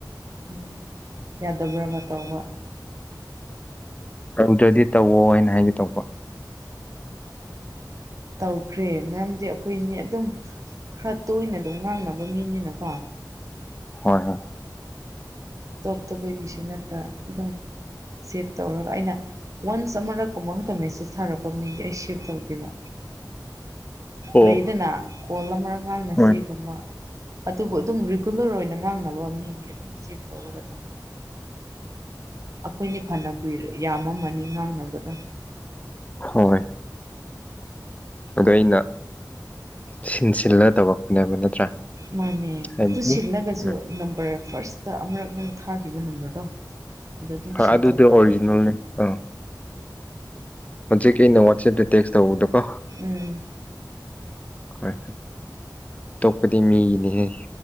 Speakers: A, on the right (about 45°); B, on the left (about 20°).
A: ꯎꯝ ꯌꯥꯗꯕ꯭ꯔꯕ ꯇꯧꯕ
B: ꯇꯧꯗ꯭ꯔꯗꯤ ꯇꯧꯑꯣ ꯍꯥꯏꯅ ꯍꯥꯏꯒꯦ ꯇꯧꯕ
A: ꯇꯧꯈ꯭ꯔꯦ ꯃꯔꯝꯗꯤ ꯑꯩꯈꯣꯏꯅꯤ ꯑꯗꯨꯝ ꯈꯔ ꯇꯣꯏꯅ ꯑꯗꯨꯝ ꯉꯥꯡꯅꯕ ꯃꯤꯅꯤꯅꯀꯣ
B: ꯍꯣꯏ ꯍꯣꯏ
A: ꯇꯣꯞ ꯇꯕꯒꯤꯁꯨ ꯅꯠꯇ ꯑꯗꯨꯝ ꯁꯦꯞ ꯇꯧꯔꯒ ꯑꯩꯅ ꯋꯥꯟꯁ ꯑꯃꯔꯛꯀꯨꯝꯕ ꯈꯛꯇ ꯃꯦꯁꯦꯁ ꯊꯥꯔꯛꯄ ꯃꯤꯗꯤ ꯑꯩ ꯁꯦꯞ ꯇꯧꯗꯦꯕ
B: ꯑꯣ
A: ꯂꯩꯗꯅ ꯀꯣꯜ ꯑꯃꯔꯛ ꯉꯥꯡꯅꯁꯦꯒꯨꯝꯕ
B: ꯍꯣꯏ
A: ꯑꯗꯨꯕꯨ ꯑꯗꯨꯝ ꯔꯤꯒꯨꯂꯔ ꯑꯣꯏꯅ ꯉꯥꯡꯅꯕ ꯃꯤꯗꯤ ꯑꯗꯨꯝ ꯁꯦꯚ ꯇꯧꯔꯒ ꯊꯝꯃꯦ ꯑꯩꯈꯣꯏꯅꯤ ꯐꯅ ꯀꯨꯏꯔ ꯌꯥꯝꯃꯃꯅꯤ ꯉꯥꯡꯅꯕꯗ
B: ꯍꯣꯏ ꯑꯗꯣ ꯑꯩꯅ ꯁꯤꯟ ꯁꯤꯜꯂ ꯇꯧꯔꯛꯄꯅꯦꯕ ꯅꯠꯇ꯭ꯔꯥ
A: ꯃꯥꯅꯦ
B: ꯍꯥꯏꯕꯗꯤ
A: ꯑꯗꯨ ꯁꯤꯜꯂꯒꯁꯨ
B: ꯎꯝ
A: ꯅꯝꯕꯔ ꯐꯥꯔꯁꯇ ꯑꯃꯨꯔꯛ ꯅꯪ ꯊꯥꯈꯤꯕ ꯅꯝꯕꯔꯗꯣ ꯑꯗꯨ ꯑꯗꯨꯝ
B: ꯍꯣꯏ
A: ꯁꯦꯞ
B: ꯑꯗꯨꯗꯤ
A: ꯇꯧꯋ
B: ꯑꯣꯔꯤꯖꯤꯅꯦꯜꯅꯤ ꯑꯥ ꯍꯧꯖꯤꯛ ꯑꯩꯅ ꯋꯥꯆꯦꯞꯇ ꯇꯦꯛꯁ ꯇꯧꯕꯗꯣꯀꯣ
A: ꯎꯝ
B: ꯍꯣꯏ ꯑꯇꯣꯞꯄꯗꯤ ꯃꯤꯒꯤꯅꯤꯍꯦ